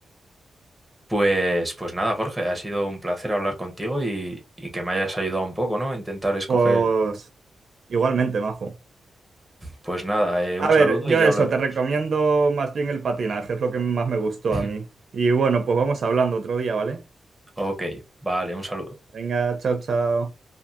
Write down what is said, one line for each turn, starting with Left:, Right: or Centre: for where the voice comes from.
Centre: Pues, pues nada, Jorge, ha sido un placer hablar contigo y, y que me hayas ayudado un poco, ¿no? A Intentar escoger.
Right: Pues igualmente, majo.
Centre: Pues nada, eh,
Right: A
Centre: un saludo
Right: ver, yo
Centre: y ya
Right: eso,
Centre: hablaremos.
Right: te recomiendo más bien el patinaje, es lo que más me gustó
Centre: <laughs>
Right: a mí. Y bueno, pues vamos hablando otro día, ¿vale?
Centre: Ok, vale, un saludo.
Right: Venga, chao, chao.